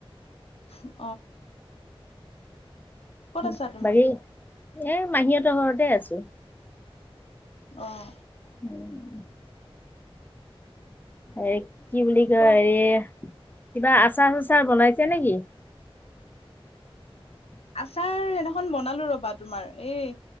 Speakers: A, on the left (about 80°); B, on the left (about 20°).
A: <inaudible> ক'ত
B: উম,
A: আছা তুমি
B: বাকী এ মাহী হঁতৰ ঘৰতে আছোঁ।
A: অ',
B: উম, এই কি বুলি কয়
A: কোৱা
B: এ কিবা আচাৰ চাচাৰ বনাইছে নেকি? <inaudible>
A: আচাৰ এনাখন বনালো ৰবা তোমাৰ, এই